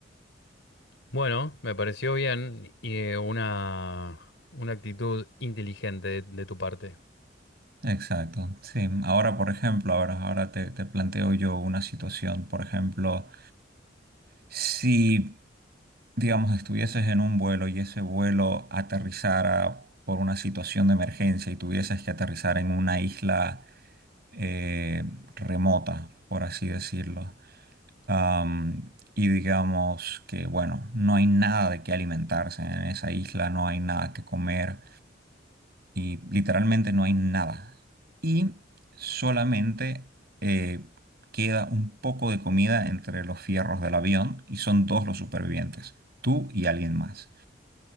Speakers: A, on the left; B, on the right.
A: Bueno, me pareció bien y eh, una, una actitud inteligente de, de tu parte.
B: Exacto, sí. Ahora, por ejemplo, ahora, ahora te, te planteo yo una situación. Por ejemplo, si, digamos, estuvieses en un vuelo y ese vuelo aterrizara por una situación de emergencia y tuvieses que aterrizar en una isla eh, remota, por así decirlo, am, y digamos que, bueno, no hay nada de qué alimentarse en esa isla, no hay nada que comer y literalmente no hay nada. Y solamente eh, queda un poco de comida entre los fierros del avión y son dos los supervivientes, tú y alguien más.